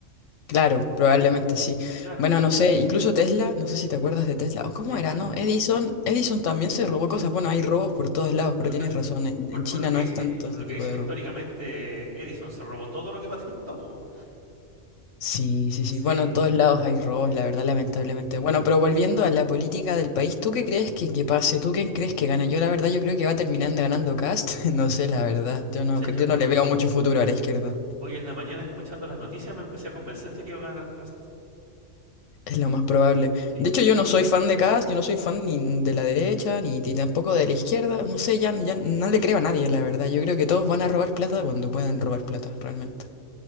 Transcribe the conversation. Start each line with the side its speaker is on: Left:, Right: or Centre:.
Left: Claro, probablemente sí.
Right: Claro,
Left: Bueno, no sé, incluso Tesla, no sé si te acuerdas de Tesla, o cómo
Right: sí, claro.
Left: era, ¿no? Edison, Edison también se robó cosas. Bueno, hay robos por todos lados,
Right: Bueno,
Left: pero tienes
Right: cre-
Left: razón,
Right: por,
Left: en,
Right: por-
Left: en China
Right: por lo que
Left: no
Right: dicen,
Left: es tanto
Right: por
Left: ese
Right: lo que
Left: tipo
Right: dicen
Left: de
Right: históricamente,
Left: robo.
Right: Edison se robó todo lo que patentó, po.
Left: Sí, sí, sí.
Right: Sí.
Left: Bueno, en todos lados hay robos, la verdad, lamentablemente.
Right: Sí.
Left: Bueno, pero volviendo a la política del país, ¿tú qué crees que, que pase? ¿Tú quién crees que gana? Yo la verdad, yo creo que va terminando ganando Cast. <laughs> No sé, la verdad. Yo no,
Right: Sabes
Left: cre-
Right: que
Left: yo
Right: hoy,
Left: no le veo mucho futuro a la izquierda.
Right: hoy en la mañana escuchando las noticias me empecé a convencer de que iba a ganar Cast.
Left: Es lo más probable.
Right: Sí,
Left: De hecho, yo no soy fan de Cast, yo no soy fan ni de la derecha, ni, ni tampoco de la izquierda. No sé, ya, ya no le creo a nadie, la verdad. Yo creo que todos van a robar plata cuando puedan robar plata, realmente.